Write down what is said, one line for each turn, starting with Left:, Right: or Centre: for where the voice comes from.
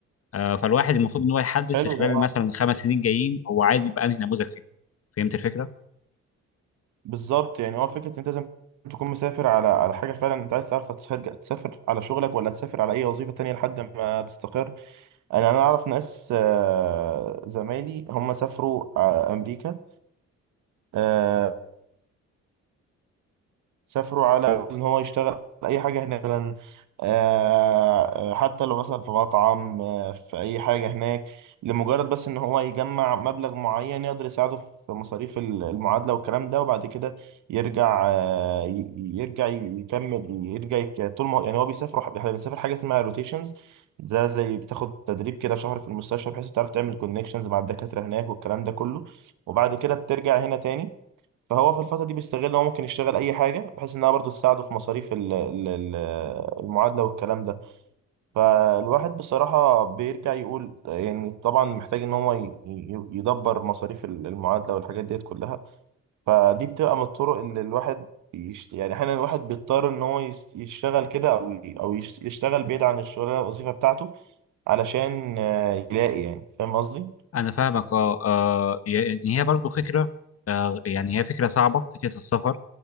Left: آه، فالواحد المفروض ان هو يحدد
Right: حلو
Left: في خلال
Right: ده آه.
Left: مثلا الخمس سنين جايين هو عايز يبقى انهي نموذج فيه فهمت الفكره؟
Right: بالظبط يعني هو فكره انت لازم تكون مسافر على على حاجه فعلا انت عايز تعرف هتسافر تسافر على شغلك ولا تسافر على اي وظيفه تانية لحد ما تستقر انا انا اعرف ناس آه، زمايلي هم سافروا آه، امريكا آه، سافروا على ان هو يشتغل اي حاجه هناك مثلا آه، آه، حتى لو مثلا في مطعم آه، في اي حاجه هناك لمجرد بس ان هو يجمع مبلغ معين يقدر يساعده في مصاريف ال- المعادله والكلام ده وبعد كده يرجع آه، ي- يرجع يكمل يرجع يك- طول ما هو- يعني هو بيسافر وح- بيسافر حاجه اسمها روتيشنز ده زي بتاخد تدريب كده شهر في المستشفى بحيث تعرف تعمل كونكشنز مع الدكاتره هناك والكلام ده كله وبعد كده بترجع هنا تاني فهو في الفترة دي بيستغل إن هو ممكن يشتغل أي حاجة بحيث إنها برضه تساعده في مصاريف ال- ال- ال- المعادلة والكلام ده فالواحد بصراحة بيرجع يقول يعني طبعا محتاج إن هو ي- ي- يدبر مصاريف ال- المعادلة والحاجات ديت كلها فدي بتبقى من الطرق اللي الواحد يشت... يعني أحيانا الواحد بيضطر إن هو يس- يشتغل كده أو ي- أو يش- يشتغل بعيد عن الشغلانة الوظيفة بتاعته علشان آه، يلاقي يعني فاهم قصدي؟
Left: انا فاهمك اه آه، يعني هي برضو فكره آه يعني هي فكره صعبه فكره السفر